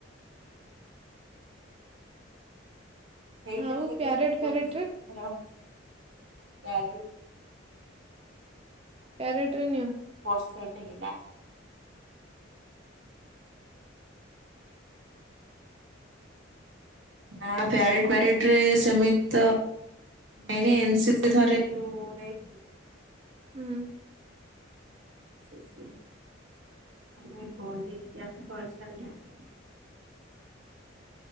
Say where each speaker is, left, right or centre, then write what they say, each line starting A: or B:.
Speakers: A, on the right; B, on the right.
A: ନେଇଛ
B: ଆଉ
A: ନା କେବେ
B: ପ୍ୟାରେଟ
A: ସ୍କୁଲସି
B: ଫ୍ୟାରେଟ ରେ
A: ହେଲୋ ପ୍ୟାରେଡ?
B: ପ୍ୟାରେଡ୍ ରେ ନିଅ?
A: ବର୍ଷା ଏବେ ହେଲା। ନା ପ୍ୟାରେଡ୍ ଫ୍ୟାରେଡ୍ ରେ ସେମିତି ତ ନାଇଁ ନାଇଁ ଏନ ସି ପି ଥରେ ଯୋଉ ନେଇ
B: ହୁଁ।
A: ଆଉ କାଇ କୁହନ୍ତିନିକି ଆମ ଘରେ ଛାଡି <unintelligible>